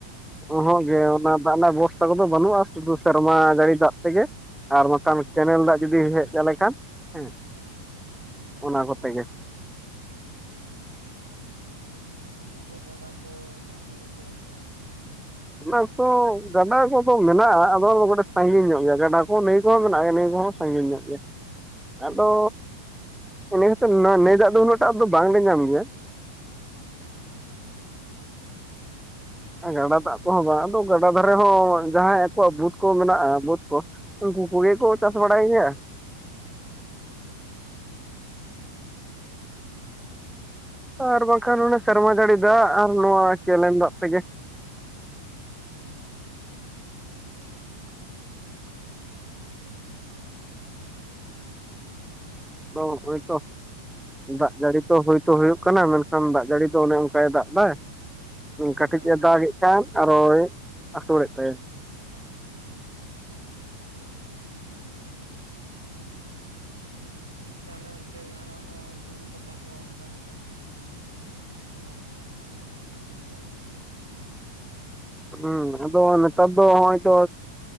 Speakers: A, in the centre; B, on the right (about 75°).
A: ᱩᱸᱼᱦᱩᱸᱜ ᱜᱮ, ᱚᱱᱟ ᱫᱟᱜ ᱨᱮᱱᱟᱜ, ᱵᱮᱵᱚᱥᱛᱷᱟ ᱠᱚᱫᱚ ᱵᱟᱹᱱᱩᱜᱼᱟ, ᱥᱩᱫᱩ ᱥᱮᱨᱢᱟ ᱜᱟᱹᱲᱤ ᱫᱟᱜ ᱛᱮᱜᱮ ᱾ ᱟᱨ ᱵᱟᱠᱷᱟᱱ, ᱠᱮᱱᱮᱞ ᱫᱟᱜ ᱡᱩᱫᱤ, ᱦᱮᱡ ᱟᱞᱮ ᱠᱷᱟᱱ, ᱦᱮᱸ ᱾
B: ᱦᱮᱸᱻᱦᱮᱸᱻᱦᱮᱸ ᱾
A: ᱚᱱᱟ ᱠᱚᱛᱮ ᱜᱮ ᱾
B: ᱟᱫᱚ, ᱥᱤᱞᱩ ᱠᱚ, ᱜᱟᱰᱟ ᱠᱚ, ᱡᱟᱦᱟᱸ ᱱᱟᱹᱭ ᱠᱚ, ᱚᱱᱠᱟ ᱵᱟᱹᱱᱩᱜᱼᱟ ᱾
A: ᱚᱱᱟ ᱠᱚ, ᱜᱟᱰᱟ ᱠᱚᱫᱚ ᱢᱮᱱᱟᱜᱼᱟ ᱾ ᱟᱫᱚ, ᱚᱱᱟ ᱠᱟᱹᱴᱤᱡ ᱥᱟᱺᱜᱤᱧ ᱧᱚᱜ ᱜᱮᱭᱟ ᱾ ᱜᱟᱰᱟ ᱠᱚ, ᱱᱟᱹᱭ ᱠᱚᱦᱚᱸ, ᱢᱮᱱᱟᱜ ᱜᱮᱭᱟ, ᱱᱟᱹᱭ ᱠᱚᱦᱚᱸ ᱾ ᱥᱟᱺᱜᱤᱧ ᱧᱚᱜ ᱜᱮᱭᱟ ᱾ ᱟᱫᱚ ᱩᱱᱤᱦᱚᱸᱛᱚ ᱱᱟᱼᱱᱟᱹᱭ ᱫᱟᱜ ᱫᱚ, ᱩᱱᱟᱹᱜ ᱴᱟᱜ ᱫᱚ, ᱵᱟᱝ ᱞᱮ ᱧᱟᱢ ᱜᱮᱭᱟ ᱾
B: ᱦᱮᱸᱻ ᱾
A: ᱜᱟᱰᱟ ᱫᱟᱜ ᱠᱚᱦᱚᱸ ᱵᱟᱝ, ᱟᱫᱚ, ᱜᱟᱰᱟ ᱫᱷᱟᱨᱮ ᱦᱚᱸ, ᱡᱟᱦᱟᱸᱭ ᱟᱠᱚᱣᱟᱜ ᱵᱟᱹᱫᱽ ᱠᱚ ᱢᱮᱱᱟᱜᱼᱟ, ᱵᱟᱹᱫᱽ ᱠᱚ, ᱩᱱᱠᱩ ᱠᱚᱜᱮ ᱠᱚ, ᱪᱟᱥ ᱵᱟᱰᱟᱭ ᱜᱮᱭᱟ ᱾
B: ᱟᱻᱪᱪᱷᱟ ᱾
A: ᱟᱨ ᱵᱟᱝᱠᱷᱟᱱ, ᱚᱱᱮ ᱥᱮᱨᱢᱟ ᱡᱟᱹᱲᱤ ᱫᱟᱜ, ᱟᱨ ᱱᱚᱣᱟ ᱠᱮᱞᱮᱱ ᱫᱟᱜ ᱛᱮᱜᱮ ᱾
B: ᱟᱻ ᱪᱪᱷᱟ ᱟᱪᱪᱷᱟ ᱾
A: ᱫᱚᱸᱜ, ᱚᱼᱤᱭ ᱛᱚ ᱾ ᱫᱟᱜ ᱡᱟᱹᱲᱤ ᱛᱚ, ᱦᱩᱭ ᱛᱳ ᱦᱩᱭᱩᱜ ᱠᱟᱱᱟ ᱾ ᱢᱮᱱᱠᱷᱟᱱ ᱫᱟᱜ ᱡᱟᱹᱲᱤ ᱫᱚ, ᱚᱱᱮ ᱚᱱᱠᱟᱭ ᱫᱟᱜ ᱮᱫᱟ ᱾ ᱠᱟᱹᱴᱤᱡ ᱮ
B: ᱦᱮᱸ ᱦᱮᱸ
A: ᱫᱟᱜᱮᱫ ᱠᱷᱟᱱ ᱟᱨᱚᱭ ᱟᱹᱥᱩᱲᱮᱫ ᱛᱟᱭᱟ᱾
B: ᱦᱮᱸ ᱫᱤᱭᱮ ᱛᱟᱦᱚᱞᱮ ᱚᱱᱛᱮ ᱡᱟᱦᱟᱱᱟᱜ ᱵᱩᱨᱩ ᱯᱟᱛᱟᱼᱼ ᱠᱚ ᱚᱱᱠᱟ ᱱᱤᱛᱚᱜ ᱡᱟᱦᱟᱱᱟᱜ ᱠᱚ ᱢᱮᱞᱟ ᱯᱚᱨᱚᱵᱽ ᱠᱚ ᱚᱱᱠᱟ ᱧᱩᱛᱩᱢᱟᱱᱟᱜ ᱠᱚ, ᱚᱠᱟ ᱠᱚᱨᱮ ᱟᱯᱮ ᱥᱮᱱ
A: ᱦᱩᱸ
B: ᱫᱚ ᱚᱱᱠᱟᱱᱟᱜ
A: ᱟᱫᱚ
B: ᱢᱮᱱᱟᱜ ᱟᱥᱮ
A: ᱱᱮᱛᱟᱨ
B: ᱵᱟᱝ?
A: ᱫᱚ ᱦᱚᱜ-ᱚᱭ ᱛᱚᱼᱼ